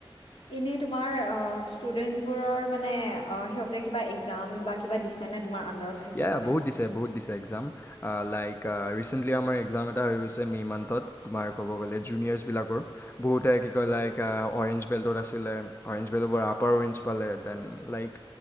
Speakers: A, on the left; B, on the left.
A: এনে তোমাৰ অ' ষ্টুডেন্টছ বোৰৰ মানে অ' সিহঁতে কিবা এক্জাম বা কিবা দিছে নে তোমাৰ আনদাৰত থাকি
B: ইয়া
A: পিনে।
B: বহুত দিছে বহুত দিছে এক্সাম আ লাইক ৰিচেণ্টলি আমাৰ এক্সাম এটা হৈ গৈছে মে' মান্থত তোমাৰ ক'ব গ'লে জুনিয়াৰ্চবিলাকৰ বহুতে কি কয় লাইক আ অৰেঞ্জ বেল্টত আছে <unintelligible> অৰেঞ্জ বেল্টৰ পৰা আপাৰ অৰেঞ্জ পালে, ডেন লাইক